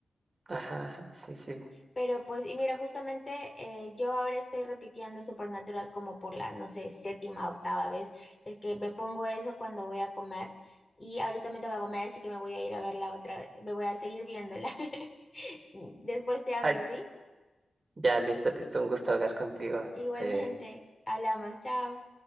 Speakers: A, on the right; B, on the left.
A: Ajá, ajá, sí, sí.
B: Pero pues, y mira, justamente eh, yo ahora estoy repitiendo Supernatural como por la, no sé, séptima, octava vez. Es que me pongo eso cuando voy a comer. Y ahorita me toca comer, así que me voy a ir a verla otra vez. Me voy a seguir viéndola. <laughs> Después te hablo,
A: Ay,
B: ¿sí?
A: ya, listo, listo, un gusto hablar contigo.
B: Igualmente.
A: Eh,
B: Hablamos. Chao.